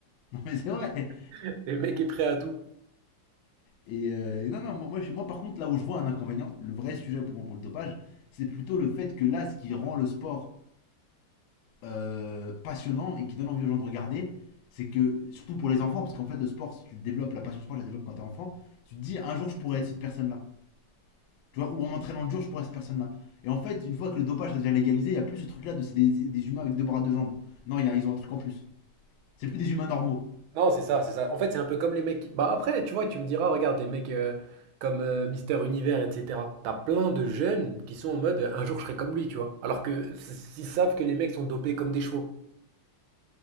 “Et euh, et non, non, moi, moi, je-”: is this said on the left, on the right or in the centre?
Left